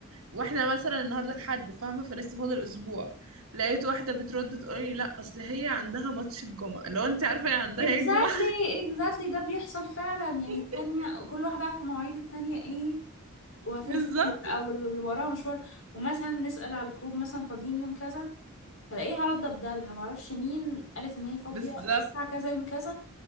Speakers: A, on the right (about 70°); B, on the left (about 60°).
A: واحنا مثلا النهارده الحد فاهمه فلسه فاضل اسبوع لقيت واحده بترد تقول لي لا اصل هي عندها ماتش الجمعه لو انت عارفه هي عندها
B: exactly
A: ايه الجمعه
B: exactly ده بيحصل فعلا يعني
A: <laughs>
B: التانية كل واحدة عارفة مواعيد التانية ايه وهتنزل
A: بالظبط
B: امتى او اللي وراها مشوار ومثلا نسأل على الجروب مثلا فاضيين يوم كذا فلاقيها رد بدالها معرفش مين قالت ان هي فاضية
A: بالظبط
B: الساعة كذا يوم كذا